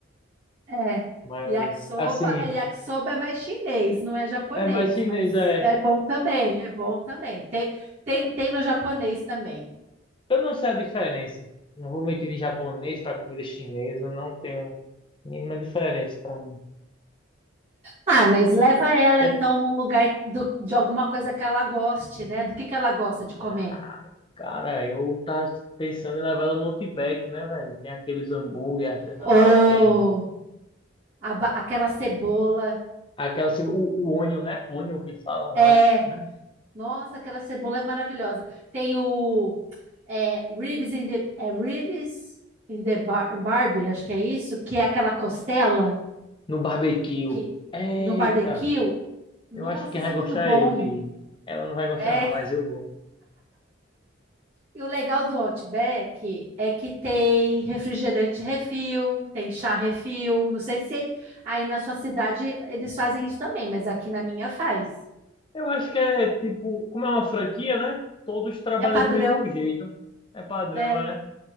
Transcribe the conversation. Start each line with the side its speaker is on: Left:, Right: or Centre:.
Right: É.
Left: Mas,
Right: Yakisoba,
Left: assim,
Right: é, yakisoba é mais chinês, não é japonês,
Left: é mais chinês,
Right: mas
Left: é.
Right: é bom também, é bom também. Tem, tem,
Left: Eu não
Right: tem no japonês também.
Left: eu não sei a diferença. Não vou mentir de japonês para comida chinesa, não tenho mínima diferença para mim.
Right: Ah, mas leva ela
Left: É,
Right: então num lugar do- de alguma coisa que ela goste, né? Do que que ela gosta de comer?
Left: ah, cara, eu tava pensando em levar ela no Outback, né, velho? Tem aqueles hambúrguer artesanal,
Right: Ou
Left: tem
Right: a ba- aquela cebola.
Left: aquela, ce- o, o onion, né? Onion que fala,
Right: É,
Left: eu acho, né?
Right: Nossa, aquela cebola é maravilhosa. Tem o é, ribs in the, é, ribs in the bar, Barbie, acho que é isso, que é aquela costela
Left: No barbecue.
Right: que
Left: Eita,
Right: no barbecue. Nossa,
Left: eu acho que
Right: isso
Left: vai
Right: é muito
Left: gostar
Right: bom.
Left: é eu de... Ela não vai gostar
Right: É,
Left: não, mas eu vou.
Right: E o legal do Outback é que tem refrigerante refil, tem chá refil. Não sei se aí na sua cidade eles fazem isso também, mas aqui na minha faz.
Left: Eu acho que é tipo, como é uma franquia, né? Todos trabalham
Right: É padrão,
Left: do mesmo jeito. É padrão,
Right: é.
Left: é.